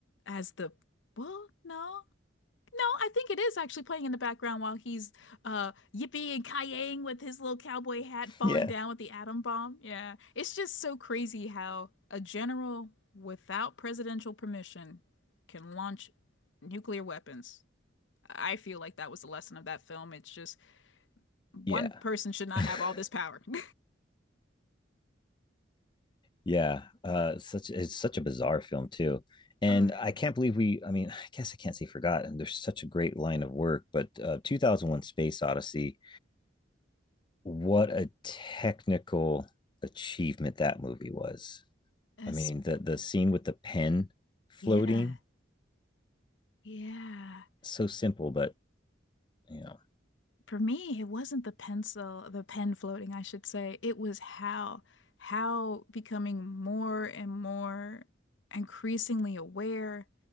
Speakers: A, on the left; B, on the left.
A: as the well, no. No, I think it is actually playing in the background while he's uh yippee and kayaying with his little cowboy hat falling
B: Yeah,
A: down with the atom bomb. Yeah. It's just so crazy how a general without presidential permission can launch nuclear weapons. I feel like that was the lesson of that film. It's just one
B: Yeah.
A: person should not
B: <laughs>
A: have all this power. <laughs>
B: yeah. Uh, such it's such a bizarre film too, and
A: Oh, yeah.
B: I can't believe we. I mean, I guess I can't say forgot. And there's such a great line of work, but uh, 2001: Space Odyssey what a technical achievement that movie was.
A: Especially.
B: I mean, the the scene with the pen floating,
A: Yeah. Yeah.
B: so simple, but you know.
A: For me, it wasn't the pencil, the pen floating, I should say. It was how, how becoming more and more increasingly aware